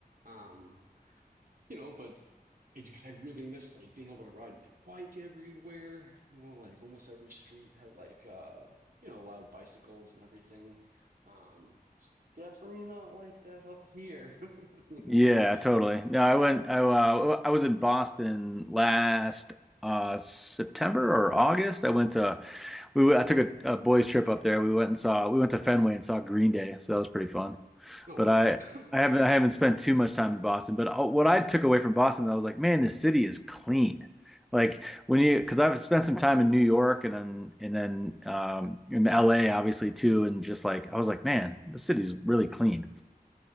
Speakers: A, on the right (about 60°); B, in the centre.
A: Um, you know, but I, j- I really miss like being able to ride my bike everywhere. You know, like almost every street had like uh, you know, allowed bicycles and everything. Um, definitely not like that up here. <laughs> You
B: yeah,
A: know,
B: totally. No, I went. I uh, I was in Boston last uh September or August. I went to we went- I took a, a boys trip up there. We went and saw we went to Fenway and saw Green Day, so that was pretty fun.
A: no
B: But
A: word.
B: I,
A: <laughs>
B: I haven't, I haven't spent too much time in Boston. But uh, what I took away from Boston, I was like, man, this city is clean. Like when you, because I've spent some time in New York and then and then um, in LA obviously too, and just like I was like, man, the city's really clean.